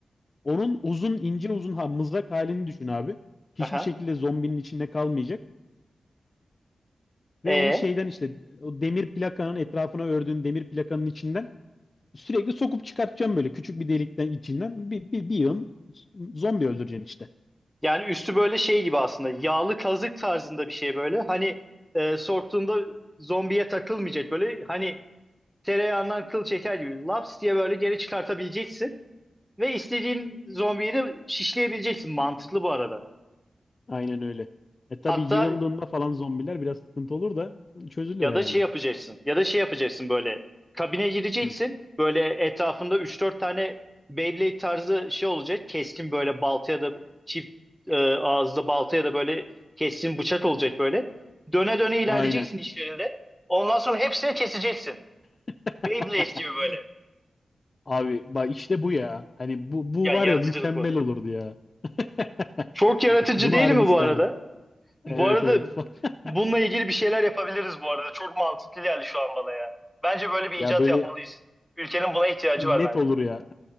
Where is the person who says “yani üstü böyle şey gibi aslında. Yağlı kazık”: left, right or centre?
Centre